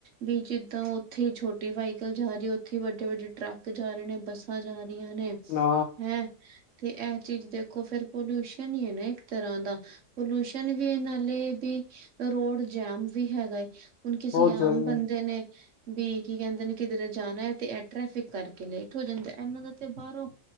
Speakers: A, on the right; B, on the left.
A: ਵੀ ਜਿੱਦਾਂ ਓਥੇ ਛੋਟੀ ਵਾਈਕਲ ਜਾ ਰੀ ਏ, ਓਥੇ ਈ ਵੱਡੇ-ਵੱਡੇ ਟਰੱਕ ਜਾ ਰੇ ਨੇ, ਬੱਸਾਂ ਜਾ ਰਈਆਂ ਨੇ।
B: ਨਾ।
A: ਹੈਂ ਤੇ ਐਹ ਚੀਜ਼ ਦੇਖੋ ਫੇਰ ਪੋਲਿਊਸ਼ਨ ਈ ਏ ਨਾ ਇੱਕ ਤਰ੍ਹਾਂ ਦਾ, ਪੋਲੂਸ਼ਨ ਵੀ ਏ ਨਾਲੇ ਬੀ ਰੋਡ ਜੈਮ ਵੀ ਹੈਗੈ। ਹੁਣ ਕਿਸੀ
B: ਬਹੁਤ
A: ਆਮ
B: ਜ਼ਿਆਦਾ
A: ਬੰਦੇ ਨੇ ਬੀ ਕੀ ਕੈੰਦੇ ਨੇ ਕਿਧਰੇ ਜਾਣੈ ਤੇ ਐਹ ਟ੍ਰੈਫਿਕ ਕਰਕੇ ਲੇਟ ਹੋ ਜਾਂਦੈ। ਐਹਨਾਂ ਦਾ ਤੇ ਬਾਰੋਂ